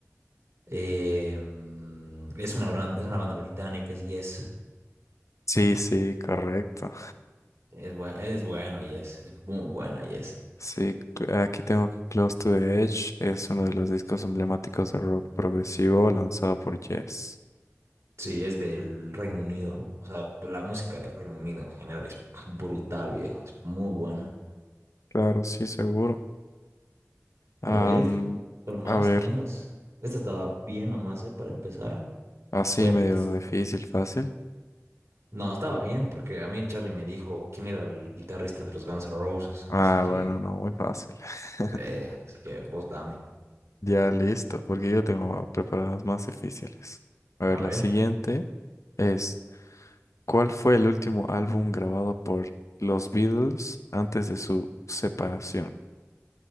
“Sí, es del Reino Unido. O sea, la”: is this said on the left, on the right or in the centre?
Right